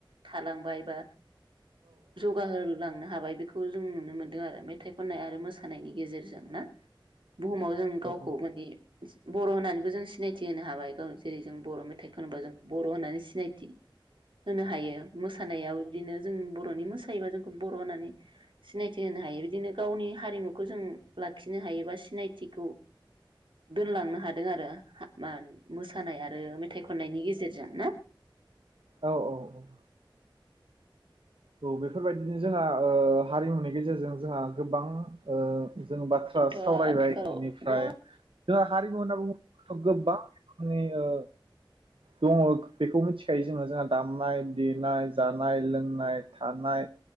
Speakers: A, on the right; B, on the right.
A: थालांबाय बा जौगाहोलांनो हाबाय बेखौ जों नुनो मोनदों आरो मेथाइ खननाय आरो मोसा मोसानायनि गेजेरजों ना बुहुमाव जों गावखौ
B: औ
A: माने बर होननानैबो जों सिनायथि होनो हाबाय गाव जेरै जों बर मेथाइ खनोबा जोंखौ बर होननानै सि सिनाय थि होनो हायो मोसानायाबो बिदिनो जों बरनि मोसायोबा जोंखौ बर होननानै सिनायथि होनो हायो बिदिनो गावनि हारिमुखौ जों लाखिनो हायो बा सिनायथिखौ दोनलांनो हादों आरो <inaudible> मोसानाय आरो मेथाइ खननायनि गेजेरजों ना?
B: औ औ औ औ बेफोरबायदिनो जोंहा ओ हारिमुनि गेजेरजों जोंहा गोबां ओ जों बाथ्रा
A: बेथ'
B: सावरायबाय
A: आथिखालाव
B: इनिफ्राय
A: गोबां
B: जों हारिमु होनना बुङोब्ला थ गोबां रोखोमनि ओ दङ बेखौ मिथिखायो जोङो जोंहा दामनाय देनाय जानाय लोंनाय थानाय